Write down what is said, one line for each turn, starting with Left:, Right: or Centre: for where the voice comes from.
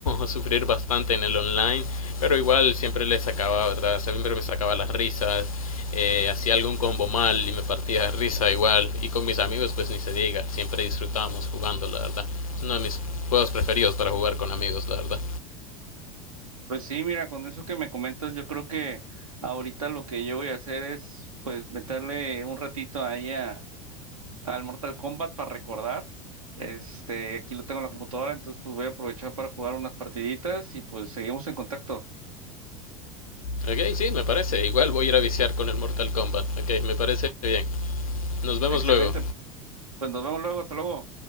Left: <laughs> sufrir bastante en el online, pero igual siempre le sacaba, ¿verdad? Siempre me sacaba las risas, eh, hacía algún combo mal y me partía de risa igual, y con mis amigos pues ni se diga, siempre disfrutábamos jugando, la verdad. Es uno de mis juegos preferidos para jugar con amigos, la verdad.
Right: Pues sí, mira, con eso que me comentas, yo creo que ahorita lo que yo voy a hacer es, pues, meterle un ratito ahí a, al Mortal Kombat para recordar. Este, aquí lo tengo en la computadora, entonces pues voy a aprovechar para jugar unas partiditas y pues seguimos en contacto.
Left: Ok, sí, me parece. Igual voy a ir a viciar con el Mortal Kombat. Ok, me parece bien. Nos vemos
Right: Excelente,
Left: luego.
Right: pues nos vemos luego, hasta luego.